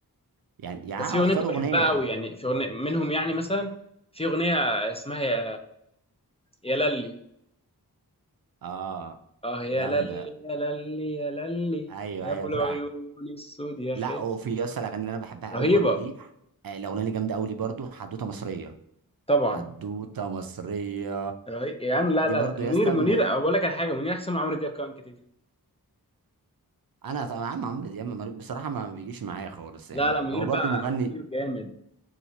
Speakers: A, on the right; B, on the left.
A: يعني يعني
B: بس في اغنيه
A: اختار
B: كنت
A: اغنيه
B: بحبها قوي يعني في اغنيه منهم يعني مثلا في اغنيه اسمها يا يا للي
A: اه
B: اه يا
A: جامده
B: للي يا للي يا للي
A: ايوه
B: يا
A: ايوه
B: ابو العيون
A: فعلا
B: السود يا
A: لا
B: خالي
A: وفي يا اسطى الاغاني اللي انا بحبها
B: رهيبه
A: قوي برضو ليه آه، الاغنيه اللي جامده قوي ليه برضو حدوته مصريه
B: طبعا
A: حدوته مصريه
B: رهيب يعني لا
A: دي
B: لا
A: برضو
B: لا منير
A: يا اسطى
B: منير
A: من ال...
B: اقول لك على حاجه منير احسن من عمرو دياب كمان كتير
A: انا طبعا عم عمرو دياب ما- بصراحه ما بيجيش معايا خالص يعني
B: لا لا منير
A: هو
B: بقى
A: برضو مغني
B: منير جامد